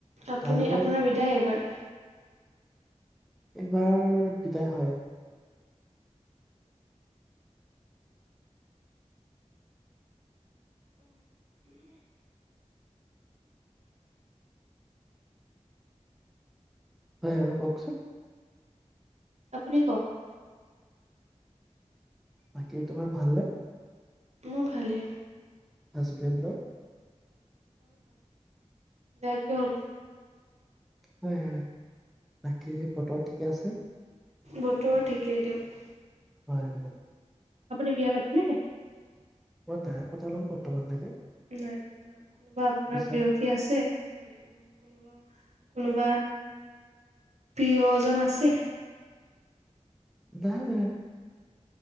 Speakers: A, on the right; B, in the centre.
A: আপুনি
B: তাৰ বাবে
A: আপোনাৰ বিদায় এইবাৰ।
B: এইবাৰ দুটাই হয়। হয় আৰু কওকচোন।
A: আপুনি কওক।
B: বাকী তোমাৰ ভাল নে?
A: মোৰ ভালে।
B: হাজবেণ্ডৰ।
A: যাইকে হ'ব।
B: হয়, হয়, বাকী বতৰ ঠিকে আছে?
A: বতৰ ঠিকেই দিয়ক।
B: হয়, হয়।
A: আপুনি বিয়া পাতিলে নাই?
B: মই নাই পতা বৰ্তমানলৈকে।
A: নাই, পতা কোনোবা আপোনাৰ
B: বিচাৰ
A: প্ৰেয়সী আছে, কোনোবা? প্ৰিয়জন আছে?
B: বাহ বা